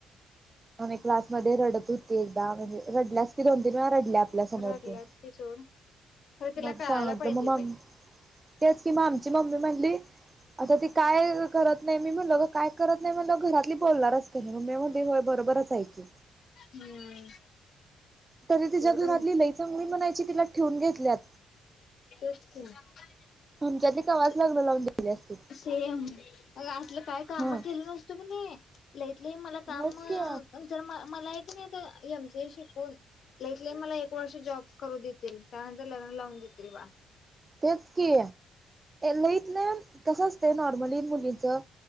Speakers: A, on the right; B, on the left.
A: आणि क्लास म रडत होती एकदा म्हणजे रडल्यासी दोन तीन रडल्या आपल्या समोर
B: रडलाच
A: ती
B: क खर तिला
A: मग
B: कळायला
A: सांगितलं
B: पाहिजे
A: मग मम तेच किंम मम्मी म्हणली, आता ती काय करत नाही. मी म्हणलं काय करत नाही म्हणलं घरातली बोलणारच कणी मम्मी म्हणली होय बरोबरच आहे की.
B: हम्म
A: तरी तिच्या
B: सोड
A: घरातली
B: बाई
A: लय चांगली म्हणायची. ठेवून घेतल्यात.
B: तेच की नाही.
A: आमच्यातली कवाच लग्न लावून दिली असतील
B: सेम अ असलं काय? काम
A: हा
B: केलं नसतो कणी लई. मला काम
A: होच की
B: ज मला एक ी आता एमसीए शिकून लईत लईत मला एक वर्ष जॉब करू देतील, त्यानंतर लग्न लावून देतील. रे वा
A: तेच की लईतलंई कसं असतंय नॉर्मली मुलींचं